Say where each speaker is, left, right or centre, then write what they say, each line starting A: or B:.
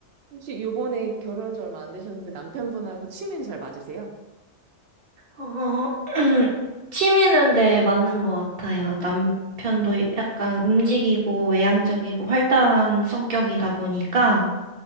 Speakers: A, on the right (about 65°); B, on the right (about 45°).
A: 혹시 요번에 결혼한 지 얼마 안 되셨는데 남편분하고 취미는 잘 맞으세요?
B: 어, <clears throat> 취미는 네, 맞는 것 같아요. 남편도 약간 움직이고 외향적이고 활달한 성격이다 보니까